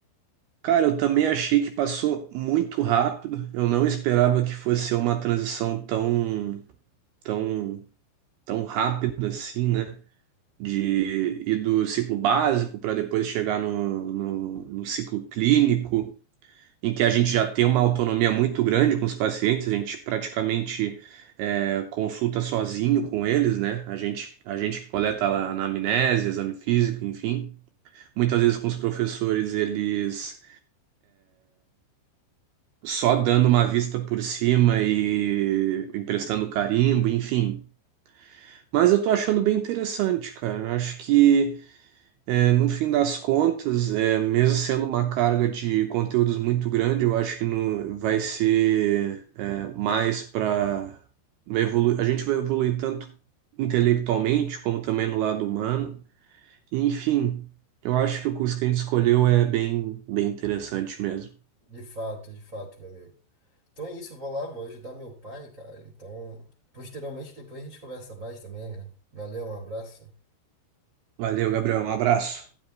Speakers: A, on the right (about 80°); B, on the right (about 40°).
A: Cara, eu também achei que passou muito rápido. Eu não esperava que fosse ser uma transição tão, tão, tão rápida assim, né? De ir do ciclo básico para depois chegar no, no, no ciclo clínico, em que a gente já tem uma autonomia muito grande com os pacientes, a gente praticamente é, consulta sozinho com eles, né? A gente, a gente coleta lá anamnese, exame físico, enfim. Muitas vezes com os professores, eles só dando uma vista por cima e emprestando carimbo, enfim. Mas eu tô achando bem interessante, cara. Acho que, é, no fim das contas, é, mesmo sendo uma carga de conteúdos muito grande, eu acho que no, vai ser, é, mais para vai evolu- a gente vai evoluir tanto intelectualmente como também no lado humano. Enfim, eu acho que o curso que a gente escolheu é bem, bem interessante mesmo.
B: De fato, de fato, meu amigo. Então é isso, eu vou lá, vou ajudar meu pai, cara. Então, posteriormente, depois a gente conversa mais também, né? Valeu, um abraço.
A: Valeu, Gabriel. Um abraço.